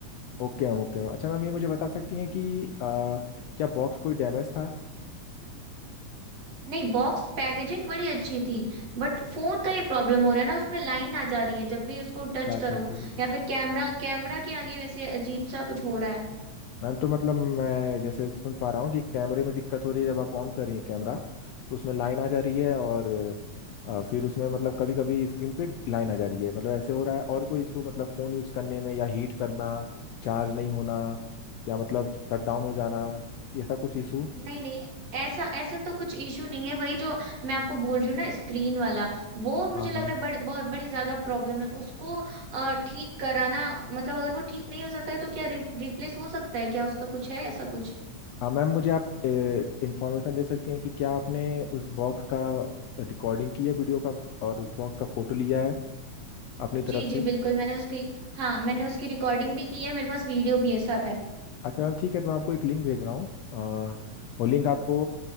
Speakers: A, on the left; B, on the right.
A: ओके मैम ओके मैम अच्छा मैम ये मुझे बता सकती हैं कि आ, क्या बॉक्स कोई डैमेज था
B: नहीं बॉक्स पैकेजिंग बड़ी अच्छी थी बट फोन का ही प्रॉब्लम हो रहा है ना उसमें लाइन आ जा रही है जब भी उसको
A: अच्छा
B: टच
A: अच्छा
B: करो
A: ठीक है ठीक
B: या फिर कैमरा कैमरा के आगे वैसे अजीब सा कुछ हो रहा है
A: मैम तो मतलब मैं जैसे सुन पा रहा हूँ कि कैमरे में दिक्कत हो रही है जब आप ऑन कर रही हैं कैमरा तो उसमें लाइन आ जा रही है और अ, फिर उसमें मतलब कभी कभी स्क्रीन पे लाइन आ जा रही है मतलब ऐसे हो रहा है और कोई इशू मतलब फ़ोन यूज़ करने में या हीट करना चार्ज नहीं होना या मतलब शटडाउन हो जाना ऐसा कुछ इशू
B: नहीं नहीं ऐसा ऐसा तो कुछ इशू नहीं है वही जो मैं आपको बोल रही हूँ ना स्क्रीन वाला वो मुझे
A: हाँ
B: लग
A: हाँ
B: रहा है बड़, बहुत बड़ी ज्यादा प्रॉब्लम है उसको अ, ठीक कराना मतलब अगर वो ठीक नहीं हो सकता है तो क्या रिप्लेस हो सकता है क्या उसका कुछ है ऐसा कुछ
A: हाँ मैम मुझे आप इंफॉर्मेशन दे सकती हैं कि क्या आपने उस बॉक्स का रिकॉर्डिंग की है वीडियो का और उस बॉक्स का फोटो लिया है अपनी
B: जी
A: तरफ
B: जी
A: से
B: बिल्कुल मैंने उसकी हाँ मैंने उसकी रिकॉर्डिंग भी की है मेरे पास वीडियो भी है सब है
A: अच्छा मैम ठीक है तो मैं आपको एक लिंक भेज रहा हूँ अ, वो लिंक आपको